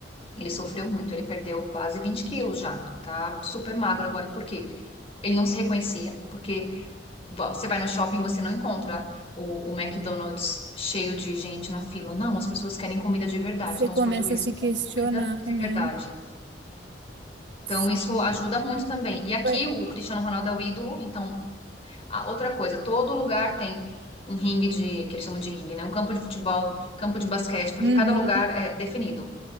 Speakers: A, on the left; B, on the right.
A: ele sofreu muito, ele perdeu quase 20 quilos já, tá super magro agora. Por quê? Ele não se reconhecia, porque você vai no shopping, você não encontra o, o McDonald's cheio de gente na fila. Não, as pessoas querem comida de verdade,
B: Você
A: então
B: começa
A: os portugueses
B: a se questionar,
A: comem comida de
B: né?
A: verdade.
B: Sim.
A: Então, isso ajuda muito também. E aqui
B: Ué,
A: o Cristiano Ronaldo é o ídolo. Então, a outra coisa, todo lugar tem um ringue de, que eles chamam de ringue, né? Um campo de futebol, campo de basquete, porque
B: Uhum.
A: cada lugar é definido.